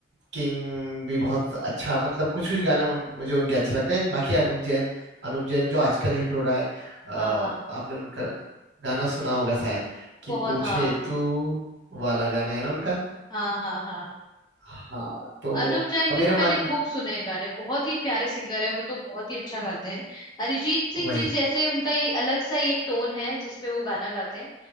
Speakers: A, on the right (about 65°); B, on the left (about 25°).
A: किंग भी बहुत अच्छा मतलब कुछ कुछ गाने मुझे उनके अच्छे लगते हैं बाकी अनुप जैन अनुप जैन जो आजकल हिट हो रहा है आ,
B: हाँ हाँ
A: आपने उनका गाना सुना होगा शायद कि
B: बहुत
A: पूछे
B: हाँ
A: तू वाला गाना है ना उनका
B: हाँ हाँ हाँ
A: हाँ तो
B: अनुव जैन के
A: मेरा
B: तो मैंने
A: मन
B: खूब सुने हैं गाने बहुत ही प्यारे सिंगर है वो तो बहुत ही अच्छा गाते हैं अरिजीत सिंह
A: वही
B: जी जैसे उनका ये अलग सा ही एक टोन है जिसपे वो गाना गाते हैं